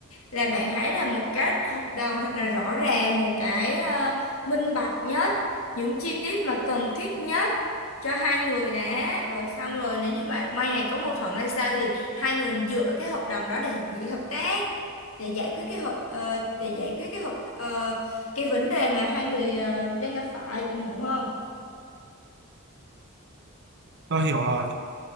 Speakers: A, on the left; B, on the right.
A: là bạn hãy làm một cái hợp đồng thật là rõ ràng, một cái ờ, minh bạch nhất, những chi tiết mà cần thiết nhất cho hai người đã, rồi xong rồi nếu như mà mai ngày có mâu thuẫn hay sao thì hai người dựa vào cái hợp đồng đó để hủy hợp tác, để giải quyết cái hợp ờ, để giải quyết cái hợp ờ, cái vấn đề mà hai người ờ, đang gặp phải, bạn hiểu không?
B: tôi hiểu rồi